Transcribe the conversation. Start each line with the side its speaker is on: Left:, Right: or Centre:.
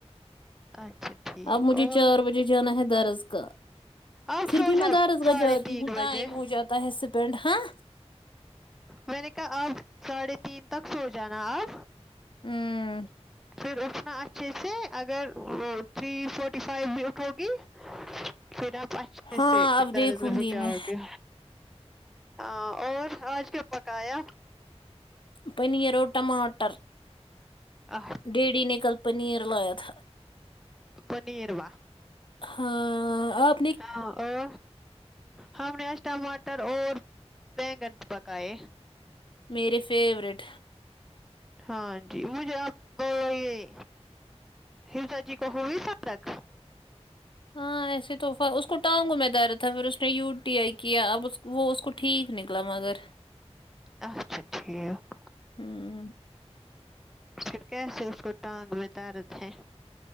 Centre: اچھا ٹھیک
Left: اب مجھے
Centre: اور
Left: چار بجے جانا ہے درس گاہ
Centre: آپ
Left: پھر
Centre: سو
Left: بھی
Centre: جاؤ
Left: میں درس
Centre: ساڑھے
Left: گاہ جاتی
Centre: تین
Left: ہوں
Centre: بجے
Left: ٹائم ہو جاتا ہے اسپینڈ ہاں
Centre: میں نے کہا آپ ساڑھے تین تک سو جانا اں
Left: ہوں
Centre: پھر اٹھنا اچھے سے اگر وہ تھری فورٹی فائیو بھی اٹھوگی پھر آپ اچھے
Left: ہاں
Centre: سے
Left: اب
Centre: درس
Left: دیکھوں
Centre: گاہ
Left: گی
Centre: جاؤ
Left: میں
Centre: گے ہاں اور آج کیا پکایا
Left: پنیر اور ٹماٹر
Centre: اہ
Left: ڈیڈی نے کل پنیر لایا تھا
Centre: پنیر وا
Left: ہاں اب
Centre: ہاں اور ہم نے آج ٹماٹر اور بیگن پکائے
Left: میرے فیورٹ
Centre: ہاں جی مجھے آپ یہ حیجاجی کو ہو بھی سکتا کام
Left: ہاں ایسے تو ف اس کو ٹانگوں میں درد ہے پھر اس نے یو ٹی آئی کیا اب وہ اس کو ٹھیک نکلا مگر
Centre: اچھا ٹھیک
Left: ہوں
Centre: پھر کیسے اس کو ٹانگ میں درد ہے